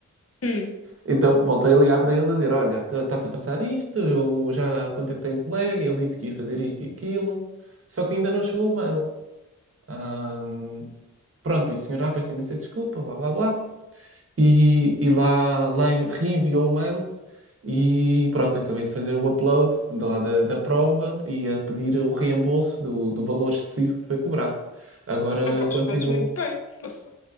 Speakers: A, on the left; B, on the right.
A: Hum,
B: Então voltei a ligar para eles a dizer: Olha, tá- está-se a passar isto, eu já contactei um colega, ele disse que ia fazer isto e aquilo, só que ainda não chegou o mail. Ahm, pronto, e o senhor, ah, peço imensa desculpa, blá blá blá e, e lá, lá em- reenviou o mail e pronto, acabei de fazer o upload da, lá da, da prova e a pedir o reembolso do, do valor excessivo que foi cobrado. Agora
A: ah, fazes,
B: continuo.
A: fazes muito bem. Posso-